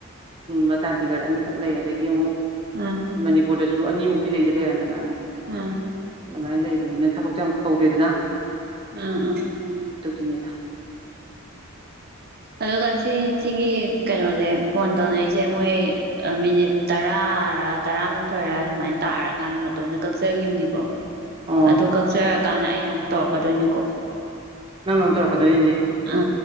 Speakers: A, on the right; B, on the right.
A: ꯃꯥ ꯆꯥꯟꯗꯤꯒꯔ ꯑꯅꯤꯈꯛ ꯂꯩ ꯑꯗꯒꯤ ꯑꯃꯨꯛ
B: ꯎꯝ
A: ꯃꯅꯤꯄꯨꯔꯗꯁꯨ ꯑꯅꯤ ꯐꯤ ꯂꯩꯗꯤ ꯂꯩꯝꯃꯦ ꯀꯅꯣ
B: ꯎꯝ
A: ꯑꯗꯨꯃꯥꯏꯅ ꯂꯩꯕꯒꯤꯅ ꯊꯕꯛ ꯆꯪ ꯀꯧꯗꯦꯗꯅ
B: ꯑꯥ - ꯑꯥ꯫
A: ꯇꯅꯦꯗ
B: ꯑꯗꯨꯒ ꯁꯤꯁꯤꯒꯤ ꯀꯩꯅꯣꯁꯦ ꯐꯣꯟ ꯇꯧꯅꯔꯤꯁꯦ ꯃꯣꯏ ꯃꯤꯅꯤꯠ ꯇꯔꯥꯔꯥ ꯇꯔꯥꯃꯥꯊꯣꯏꯔ ꯁꯨꯃꯥꯏꯅ ꯇꯥꯔꯀꯥꯟꯗ ꯃꯇꯣꯝꯗ ꯀꯛ ꯆꯒꯝꯅꯤꯀꯣ
A: ꯑꯣ
B: ꯑꯗꯨ ꯀꯛꯆꯔꯀꯥꯟꯗ ꯑꯩꯅ ꯑꯃꯨꯛ ꯇꯧꯔꯛꯀꯗꯣꯏꯅꯤꯀꯣ꯫
A: ꯅꯪꯅ ꯑꯃꯨꯛ ꯇꯧꯔꯛꯀꯗꯣꯏ ꯔꯦꯟꯖꯤ
B: ꯑ